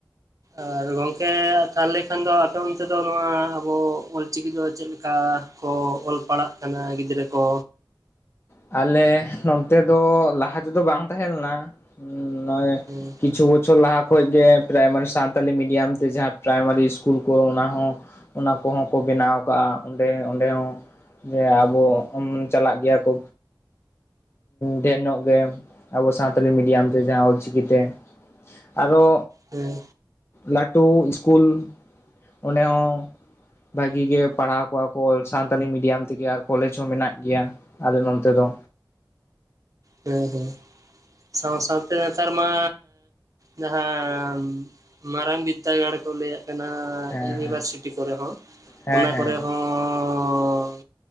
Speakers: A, on the right; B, on the left.
A: ᱟᱨ ᱜᱚᱝᱠᱮ ᱛᱟᱦᱞᱮ ᱠᱷᱟᱱ ᱫᱚ ᱟᱯᱮ ᱚᱱᱛᱮ ᱫᱚ ᱱᱚᱣᱟ ᱟᱵᱚ ᱚᱞ ᱪᱤᱠᱤ ᱫᱚ ᱪᱮᱫ ᱞᱮᱠᱟ ᱠᱚ ᱚᱞ ᱯᱟᱲᱦᱟᱜ ᱠᱟᱱᱟ ᱪᱟᱱᱟ ᱜᱤᱫᱽᱨ ᱠᱚ
B: ᱟᱞᱮ ᱱᱚᱱᱚᱛᱮ ᱫᱚ ᱞᱟᱦᱟ ᱛᱮᱫᱚ ᱵᱟᱝ ᱛᱟᱦᱮᱸ ᱞᱮᱱᱟ᱾ ᱦ ᱱᱚᱼᱚᱭ
A: ᱦᱮᱸ
B: ᱠᱤᱪᱩ ᱵᱪᱷᱚᱨ ᱞᱟᱦᱟ ᱠᱷ ᱜᱮ ᱯᱨᱟᱭᱢᱟᱨᱤ ᱥᱟᱱᱛᱟᱞᱤ ᱢᱤᱰᱤᱭᱟᱢ ᱛᱮ ᱡᱟᱦᱟᱸ ᱯᱨᱟᱭᱢᱟᱨᱤ ᱥᱠᱩᱞ ᱠᱚ ᱚᱱᱟ ᱦᱚᱸ ᱚᱱᱟ ᱠᱚᱦᱚᱸ ᱠᱚ ᱵᱮᱱᱟᱣ ᱟᱠᱟᱟᱜᱼᱟ ᱚᱸᱰᱮ ᱚᱸᱰᱮ ᱦᱚᱸ ᱡᱮ ᱟᱵᱚ ᱪᱟᱞᱟᱜ ᱜᱮᱭᱟ ᱠᱚ᱾ ᱰᱷᱮᱨ ᱧᱚᱜ ᱜᱮ ᱟᱵᱚ ᱥᱟᱱᱛᱟᱞᱤ ᱢᱤᱰᱤᱭᱟᱢ ᱛᱮ ᱡᱟᱦᱟᱸ ᱚᱞᱪᱤᱠᱤᱛᱮ ᱟᱨᱚ
A: ᱦᱮᱸ
B: ᱞᱟᱹᱴᱩ ᱥᱠᱩᱞ ᱚᱰᱮ ᱦᱚᱸ ᱵᱷᱟᱜᱤ ᱜᱮ ᱯᱟᱲᱦᱟᱣ ᱠᱚᱜᱣᱟ ᱠᱚᱞ ᱥᱟᱱᱛᱟᱞᱤ ᱢᱤᱰᱤᱭᱟᱢ ᱛᱮᱜᱮ ᱟᱨ ᱠᱚᱞᱮᱡᱽ ᱦᱚᱸ ᱢᱮᱱᱟᱜ ᱜᱮᱭᱟ᱾ ᱟᱞᱮ ᱱᱚᱱᱛᱮ ᱫᱚ
A: ᱦᱮᱸ ᱦᱮᱸ ᱥᱟᱶ ᱥᱟᱶᱛᱮ ᱱᱮᱛᱟᱨ ᱢᱟ ᱡᱟᱦᱟᱸ ᱢᱟᱨᱟᱝ ᱵᱤᱫᱽᱫᱟᱹᱜᱟᱲ ᱠᱚ ᱞᱟᱹᱭᱟᱜᱼᱟ᱾ ᱠᱟᱱᱟ
B: ᱦᱮᱸ
A: ᱤᱭᱩᱱᱤᱵᱷᱟᱨᱥᱤᱴᱤ
B: ᱦᱮᱸ
A: ᱠᱚᱨᱮ ᱦᱚᱸ
B: ᱦᱮᱸ
A: ᱚᱱᱟ
B: ᱦᱮᱸ
A: ᱠᱚᱨᱮ ᱦᱚᱸ ᱦᱚᱸ